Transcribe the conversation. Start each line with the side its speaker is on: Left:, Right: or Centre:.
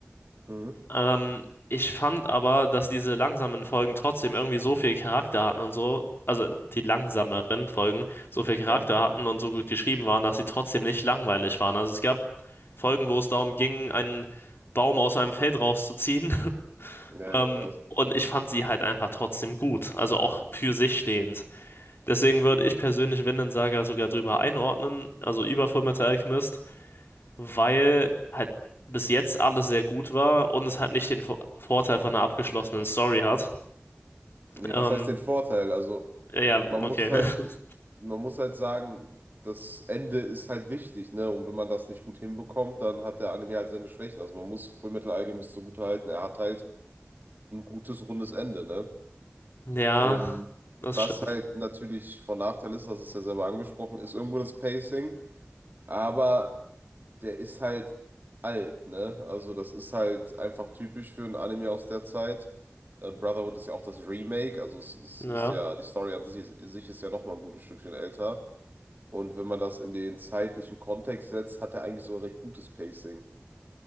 Right: Mhm.
Left: Ähm, ich fand aber, dass diese langsamen Folgen trotzdem irgendwie so viel Charakter hatten und so, also die langsameren Folgen so viel Charakter
Right: Ja,
Left: hatten und so gut geschrieben waren, dass sie trotzdem nicht langweilig waren. Also es gab Folgen, wo es darum ging, einen Baum aus einem Feld rauszuziehen. <laughs>
Right: ja,
Left: Ähm,
Right: ich weiß.
Left: und ich fand sie halt einfach trotzdem gut, also auch für sich stehend. Deswegen würde ich persönlich Vinland Saga sogar drüber einordnen, also über Fullmetal Alchemist, weil halt bis jetzt alles sehr gut war und es halt nicht den Vo- Vorteil von einer abgeschlossenen Story hat.
Right: Ja,
Left: Ähm,
Right: was heißt den Vorteil? Also,
Left: ja,
Right: man
Left: okay.
Right: muss halt
Left: <laughs>
Right: man muss halt sagen, das Ende ist halt wichtig, ne? Und wenn man das nicht gut hinbekommt, dann hat der Anime halt seine Schwächen. Also man muss Fullmetal Alchemist zugute halten, er hat halt ein gutes, rundes Ende, ne?
Left: Ja,
Right: Und
Left: das
Right: was
Left: stimmt.
Right: halt natürlich von Nachteil ist, das ist ja selber angesprochen, ist irgendwo das Pacing, aber der ist halt alt, ne? Also das ist halt einfach typisch für ein Anime aus der Zeit. Äh, Brotherhood ist ja auch das Remake, also es, es
Left: Ja,
Right: ist ja, die Story an sich, sich ist ja nochmal ein gutes Stückchen älter. Und wenn man das in den zeitlichen Kontext setzt, hat er eigentlich so ein recht gutes Pacing.